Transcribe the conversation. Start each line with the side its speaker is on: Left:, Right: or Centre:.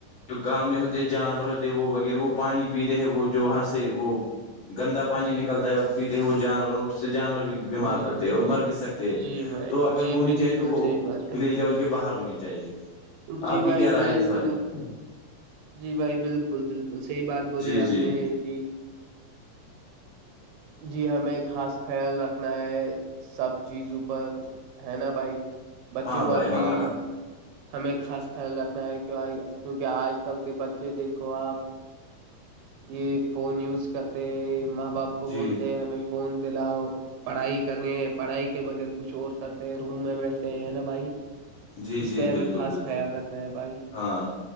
Left: گاؤں میں ہوتے جانور ہوتے وہ وہ پانی پیتے ہیں وہ جو وہاں سے وہ گندا پانی
Right: جی
Left: نکلتا
Right: بھائی
Left: ہے اور پیتے ہیں وہ جو جانورھ سے جانور بھی بیمار
Right: جی
Left: پڑتے
Right: جی
Left: ہے اور
Right: جی
Left: مر بھی سکتے ہیں
Right: جی بھائی
Left: تو اگر
Right: جی
Left: ہونی
Right: بالکل
Left: چاہیے تو وہ
Right: صحیح بات
Left: ولیج
Right: ہے
Left: لیول کے باہر ہونی چاہیے
Right: جی
Left: آپ کی
Right: بھائی
Left: کیا رائے
Right: بالکل
Left: ہے اس بارے میں
Right: جی بھائی بالکل بالکل صحیح بات بولی
Left: جی جی
Right: آپ نے جی جی ہمیں خاص خیال رکھنا ہے سب چیزوں پر ہے نا بھائی بچوں
Left: ہاں بھائی
Right: پر
Left: ہاں
Right: بھی
Left: بھائی
Right: ہمیں خاص خیال رکھنا ہے کی کیونکہ آج کل کے بچے دیکھو آپ یہ فون یوز کرتے ہیں ماں باپ کو
Left: جی
Right: بولتے ہیں ہمیں فون دلاؤ پڑھائی کرنی ہیں پڑھائی کے بغیر کچھ اور کرتے ہیں روم میں بیٹھتے ہیں نا بھائی
Left: جی
Right: اس
Left: جی
Right: پہ ہمیں
Left: بالکل
Right: خاص
Left: بالکل
Right: خیال رکھنا ہے بھائی
Left: ہاں